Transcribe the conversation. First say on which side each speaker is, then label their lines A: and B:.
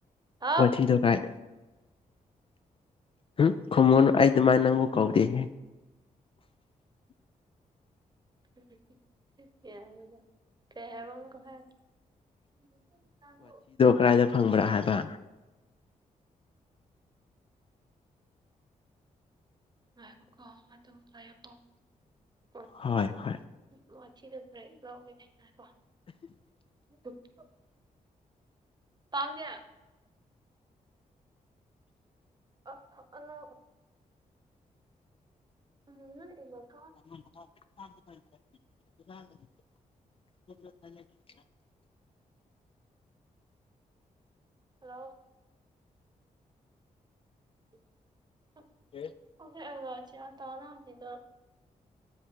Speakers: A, on the right; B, on the left.
A: ꯍꯥꯎ
B: ꯁꯤꯗ ꯀꯥꯏ ꯎꯝ ꯈꯨꯝꯃꯣꯅ ꯑꯩ ꯑꯗꯨꯃꯥꯏꯅ ꯅꯪꯕꯨ ꯀꯧꯗꯦꯍꯦ
A: ꯎꯝ ꯌꯥꯗ ꯀ ꯍꯕ ꯑꯃ ꯀꯍ <unintelligible>
B: ꯈꯥ <unintelligible> ꯐꯪꯕ꯭ꯔꯥ ꯍꯥꯏꯕ
A: ꯉꯏꯈꯣꯀꯣ ꯑꯗꯨꯝ ꯄꯥꯏꯌꯨꯀꯣ ꯋꯥꯥꯊꯤ
B: ꯍꯣꯏ
A: ꯇꯧ
B: ꯍꯣꯏ
A: ꯉꯊꯤꯗ ꯄꯨꯔꯦꯛ ꯂꯧꯒꯦ ꯍꯥꯏꯅ ꯀꯣ <unintelligible> ꯄꯥꯝꯗꯦ ꯑ ꯑꯜꯣ <unintelligible> ꯎꯝꯉ <unintelligible>
B: <unintelligible>
A: ꯍꯜꯂꯣ ꯎ ꯎꯝ
B: ꯎ
A: ꯑꯣ ꯑ ꯆ ꯇꯅꯤꯗ